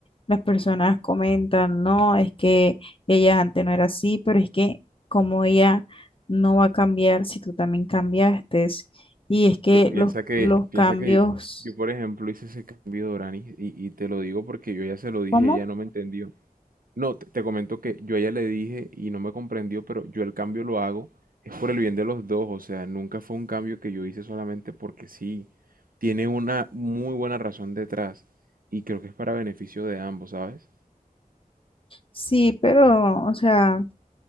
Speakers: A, on the left; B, on the right.
A: Las personas comentan, no, es que ella antes no era así, pero es que como ella no va a cambiar si tú también cambiaste. Y es que
B: Pero piensa
A: los,
B: que,
A: los
B: piensa
A: cambios,
B: que yo, por ejemplo, hice ese cambio de Oranis y, y te lo digo porque yo ya se lo dije
A: ¿cómo?
B: y ella no me entendió. No, te, te comento que yo a ella le dije y no me comprendió, pero yo el cambio lo hago, es por el bien de los dos, o sea, nunca fue un cambio que yo hice solamente porque sí, tiene una muy buena razón detrás y creo que es para beneficio de ambos, ¿sabes?
A: Sí, pero, o sea,